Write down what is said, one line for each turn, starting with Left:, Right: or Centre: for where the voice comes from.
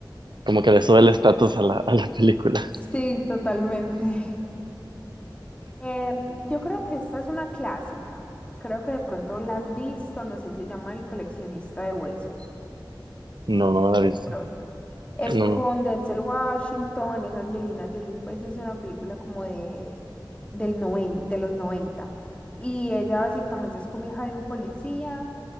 Right: Como que le sube el estatus a la, a la película.
Left: Sí, totalmente. <laughs> Eh, yo creo que esta es una clásica. Creo que de pronto la has visto, no sé, se llama El coleccionista de huesos.
Right: No, no me la
Left: de
Right: he
Left: pronto.
Right: visto.
Left: Es
Right: No.
Left: con Denzel Washington, es Angelina Jolie, pues es una película como de, del noven, de los noventa Y ella básicamente es como hija de un policía,